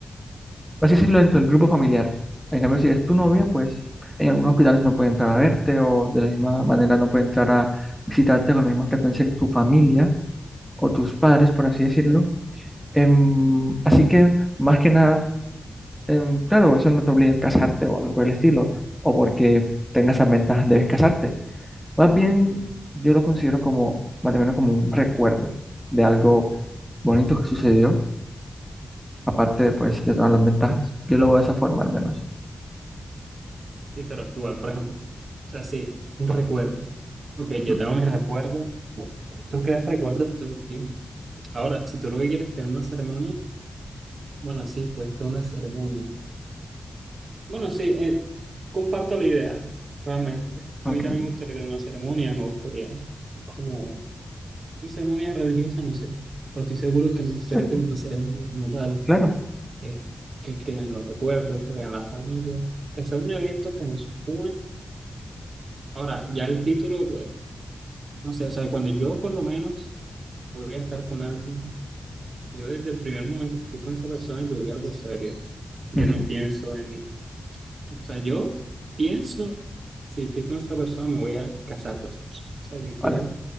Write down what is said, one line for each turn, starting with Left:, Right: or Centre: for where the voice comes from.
Centre: por así decirlo, dentro del grupo familiar. En cambio, si es tu novia, pues en algunos hospitales no puede entrar a verte o de la misma manera no puede entrar a visitarte con la misma frecuencia que tu familia o tus padres, por así decirlo. Em, así que, más que nada, em, claro, eso no te obliga a casarte o algo por el estilo, o porque tengas esas ventajas debes casarte. Más bien, yo lo considero como, más o menos como un recuerdo de algo bonito que sucedió, aparte, pues, de todas las ventajas. Yo lo veo de esa forma, al menos.
Right: Sí, pero igual, por ejemplo, o sea, sí, un recuerdo. Ok,
Centre: Ujú.
Right: yo tengo mis recuerdos. Tú creas recuerdos todo el tiempo. Ahora, si tú lo que quieres es tener una ceremonia, Bueno, sí, pues que una ceremonia. Bueno, sí, eh, comparto la idea, realmente.
Centre: Ok,
Right: A mí también me gustaría tener una ceremonia, me gustaría como una ceremonia religiosa, no sé, pero estoy seguro que me gustaría
Centre: Pues,
Right: tener una ceremonia como tal,
Centre: Claro.
Right: eh, que queden los recuerdos, que vean la familia, que sea un evento que nos une. Ahora, ya el título, pues, no sé, o sea, cuando yo por lo menos voy a estar con alguien, yo desde el primer momento que estoy con esa persona, yo voy a algo serio. Yo
Centre: Ujú.
Right: no pienso en, O sea, yo pienso, si estoy con esta persona, me voy a casar con esa persona. O sea, yo
Centre: Vale,
Right: quiero